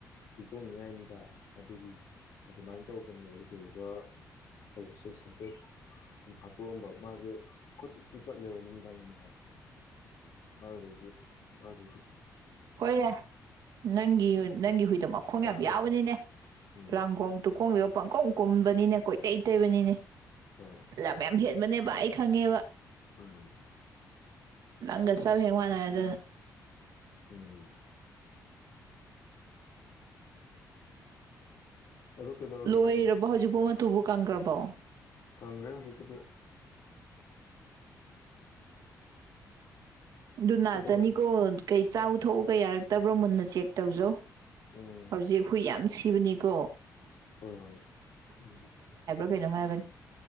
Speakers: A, on the left; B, on the right.
A: ꯍꯇꯣꯡꯅꯤꯉꯥꯏꯅꯤꯗ ꯑꯗꯨꯒꯤ ꯑꯗꯨꯃꯥꯏꯅ ꯇꯧꯕꯅꯦ ꯑꯗꯨꯗꯨꯒ ꯍꯧꯖꯤꯛꯁꯦ ꯁꯕꯖꯦꯛ ꯁꯨꯝ ꯄꯣꯛꯑꯝꯕ ꯃꯥꯁꯦ ꯀꯣꯆꯠꯁꯨ ꯆꯠꯂꯦꯕ ꯅꯨꯃꯤꯗꯥꯡ ꯅꯨꯃꯤꯗꯥꯡꯁꯦ ꯑꯗꯨꯗꯒꯤ ꯑꯗꯨꯗꯤ
B: ꯍꯣꯏꯔꯦ ꯅꯪꯒꯤ ꯅꯪꯒꯤ ꯍꯨꯏꯗꯣ ꯃꯈꯣꯡ
A: ꯑꯗꯨꯃꯥꯏꯅ
B: ꯌꯥꯝ
A: ꯇꯧꯋꯦ
B: ꯌꯥꯎꯕꯅꯤꯅꯦ
A: ꯎꯝ
B: ꯂꯥꯡꯒꯣꯡ ꯇꯨꯀꯣꯡꯗꯨꯒ ꯄꯪꯈꯝ ꯀꯨꯝꯕꯅꯤꯅꯦ ꯀꯣꯏ ꯇꯩ ꯇꯩꯕꯅꯤꯅꯦ
A: ꯍꯣꯏ
B: ꯂꯝ ꯌꯥꯝ ꯍꯦꯟꯕꯅꯦꯕ ꯑꯩ ꯈꯪꯉꯦꯕ
A: ꯎꯝ
B: ꯉꯪꯒ ꯆꯞ ꯍꯦꯛ ꯃꯟꯅꯔꯗꯥꯅꯥ
A: ꯎꯝ ꯑꯗꯨ ꯀꯩꯗꯧꯔꯝꯃꯤꯅꯣ
B: ꯂꯣꯏꯍꯔꯔꯕ
A: ꯅꯪ
B: ꯍꯧꯖꯤꯕ ꯑꯃ ꯇꯨꯕꯨ ꯀꯪꯈ꯭ꯔꯕꯣ
A: ꯀꯪꯒꯔ꯭ꯦ ꯍꯧꯖꯤꯛꯄꯨꯗꯤ
B: ꯨꯅꯖꯥꯅꯤ
A: ꯀꯩꯗꯧ
B: ꯀꯣ ꯀꯩ ꯆꯥꯛꯊꯣꯛꯎꯒ ꯌꯥꯔꯛꯇꯕ꯭ꯔꯣ ꯃꯨꯟꯅ ꯆꯦꯛ ꯇꯧꯖꯧ
A: ꯎꯝ
B: ꯍꯧꯕꯖꯤ ꯍꯨꯏ ꯌꯥꯝꯝ ꯁꯤꯕꯅꯤ ꯀꯧꯕꯣ
A: ꯍꯣꯏ ꯍꯣꯏ ꯎꯝ
B: ꯂꯩꯅꯣꯝ ꯍꯥꯏꯕꯅꯦ